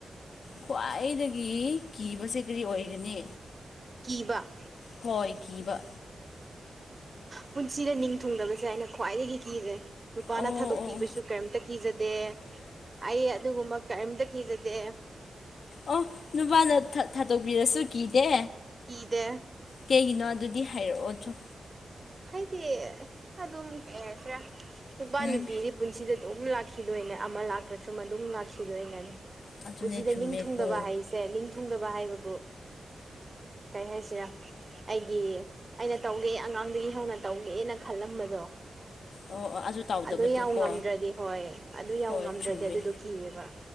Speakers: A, on the left (about 75°); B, on the right (about 30°).
A: ꯈ꯭ꯋꯥꯏꯗꯒꯤ ꯀꯤꯕꯁꯦ ꯀꯔꯤ ꯑꯣꯏꯒꯅꯤ
B: ꯀꯤꯕ
A: ꯍꯣꯏꯈꯤꯕ
B: ꯄꯨꯟꯁꯤꯗ ꯅꯤꯡ ꯊꯨꯡꯗꯕꯁꯦ ꯑꯩꯅ ꯈ꯭ꯋꯥꯏꯗꯒꯤ ꯀꯤꯖꯦ ꯅꯨꯄꯥꯅ
A: ꯑꯣ
B: ꯊꯥꯗꯣꯛꯄꯤꯕꯁꯨ
A: ꯑꯣ ꯑꯣ
B: ꯀꯔꯤꯝꯇ ꯀꯤꯖꯗꯦ ꯑꯩ ꯑꯗꯨꯒꯨꯝꯕ ꯀꯔꯤꯝꯇ ꯀꯤꯖꯗꯦ
A: ꯑꯣ ꯅꯨꯄꯥꯅ ꯊꯥꯗꯣꯛꯄꯤꯔꯁꯨ ꯀꯤꯗꯦ
B: ꯀꯗꯦ
A: ꯀꯩꯒꯤꯅꯣ ꯑꯗꯨꯗꯤ ꯍꯥꯏꯔꯛꯑꯣ ꯑꯗꯨ꯭ꯔꯣ
B: ꯍꯥꯏꯗꯤ ꯑꯗꯨꯝ ꯁꯤꯔ ꯅꯨꯄꯥ
A: ꯎꯝ
B: ꯅꯨꯄꯤꯗꯤ ꯄꯨꯟꯁꯤꯗ ꯑꯗꯨꯝ ꯂꯥꯛꯈꯤꯗꯣꯏꯅꯦ ꯑꯃ ꯂꯥꯛꯇ꯭ꯔꯁꯨ ꯃ ꯑꯗꯨꯝ ꯂꯥꯛꯈꯤꯗꯣꯏꯅꯦ
A: ꯑꯗꯨꯅꯦ
B: ꯄꯨꯟꯁꯤꯗ
A: ꯆꯨꯝꯃꯦꯀꯣ
B: ꯅꯤꯡꯊꯨꯡꯗꯕ ꯍꯥꯏꯁꯦ ꯁꯦ ꯅꯤꯡꯊꯨꯡꯗꯕ ꯍꯥꯏꯕꯕꯨ ꯀꯩ ꯍꯥꯏꯁꯦ ꯑꯩꯒꯤ ꯑꯩꯅ ꯇꯧꯒꯦ ꯑꯉꯥꯡꯗꯒꯤ ꯍꯧꯅ ꯇꯧꯒꯦꯅ ꯈꯜꯂꯝꯕꯗꯣ
A: ꯑꯣ ꯑꯣ ꯇꯥꯎꯗꯕꯗꯨꯀꯣ
B: ꯑꯗꯨ ꯌꯥꯝꯎ ꯉꯝꯗ꯭ꯔꯗꯤ ꯍꯣꯏ ꯑꯗꯨ ꯌꯥꯎ
A: ꯍꯣꯏ
B: ꯉꯝꯗ꯭ꯔꯗꯤ
A: ꯆꯨꯝꯃꯦ
B: ꯑꯗꯨꯗꯣ ꯀꯤꯑꯕ